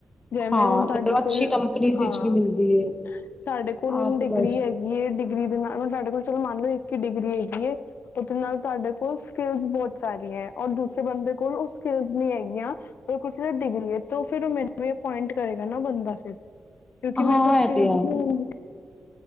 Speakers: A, on the left; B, on the left.
A: ਜਿਵੇਂ
B: ਹਾਂ
A: ਹੁਣ ਤੁਹਾਡੇ
B: ਤੇ ਅੱਛੀ
A: ਕੋਲ
B: ਕੰਪਨੀ ਵਿੱਚ
A: ਹਾਂ
B: ਵੀ ਮਿਲਦੀ ਹੈ
A: ਸਾਡੇ ਕੋਲ
B: ਆਹ
A: ਹੁਣ ਡਿਗਰੀ
B: ਤੇ ਗੱਲ
A: ਹੈਗੀ ਹੈ ਡਿਗਰੀ ਦੇ ਨਾਲ। ਹੁਣ ਤੁਹਾਡੇ ਕੋਲ ਚਲੋ ਮੰਨ ਲਓ ਇੱਕ ਡਿਗਰੀ ਹੈਗੀ ਇੱਕ ਨਾਲ ਤੁਹਾਡੇ ਕੋਲ ਸਕਿੱਲਸ ਬਹੁਤ ਸਾਰੀਆਂ ਹੈ ਰ ਦੂਸਰੇ ਬੰਦੇ ਕੋਲ ਸਕਲ ਨ ਹੈਗੀਆਂ ਡਿਗਰੀ ਹੈ ਔਰ ਦੂਸਰੇ ਬੰਦੇ ਕੋਲ ਉਹ ਸਕਿਲਸ ਨਹੀਂ ਹੈਗੀਆਂ ਉਹ <unintelligible> ਮੈਨੂੰ ਹੀ ਅਪੋਇੰਟ ਕਰੇਗਾ ਨਾ ਬੰਦਾ ਫਿਰ। ਕਿਉਂਕਿ ਮੇਰੇ
B: ਹਾਂ
A: ਕੋਲ ਸਕਿੱਲਸ
B: ਇਹ ਤੇ ਹੈ
A: ਨਹੀਂ ਹੁੰਦੀ